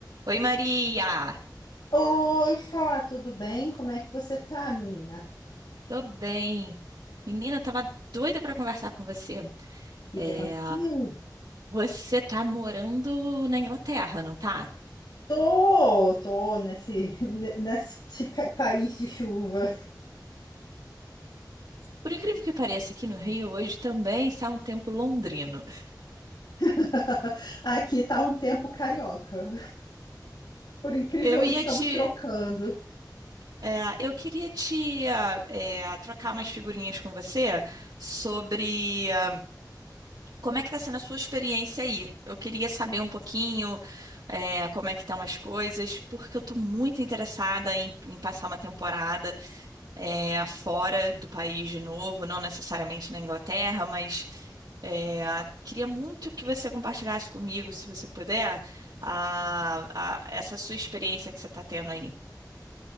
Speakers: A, on the right; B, on the left.
A: Oi, Maria!
B: Oi, Sá, tudo bem? Como é que você tá, menina?
A: Tô bem. Menina, tava doida pra conversar com você.
B: O que
A: É,
B: que aconteceu?
A: você tá morando na Inglaterra, não tá?
B: Tô, tô nesse, ne- nesse ca- país de chuva.
A: Por incrível que pareça, aqui no Rio hoje também está um tempo londrino.
B: <laughs> Aqui tá um tempo carioca. Por incrível,
A: Eu ia
B: estamos
A: te.
B: trocando.
A: é, eu queria te ah, é, trocar umas figurinhas com você sobre ah, como é que tá sendo a sua experiência aí. Eu queria saber um pouquinho é, como é que estão as coisas, porque eu tô muito interessada em em passar uma temporada. é, afora do país de novo, não necessariamente na Inglaterra, mas é, queria muito que você compartilhasse comigo, se você puder, a- a- essa sua experiência que você está tendo aí.